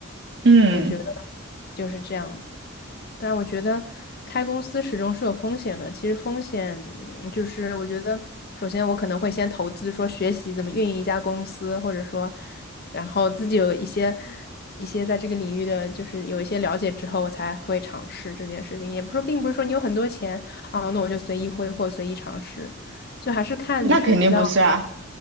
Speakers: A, on the right; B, on the left.
A: 嗯，
B: 我觉得就是这样子。但我觉得开公司始终是有风险的。其实风险嗯就是我觉得，首先我可能会先投资，说学习怎么运营一家公司，或者说，然后自己有一些一些在这个领域的，就是有一些了解之后，我才会尝试这件事情。也不是说，并不是说你有很多钱啊，那我就随意挥霍、随意尝试，就还是看你是比较
A: 那肯定不是啊，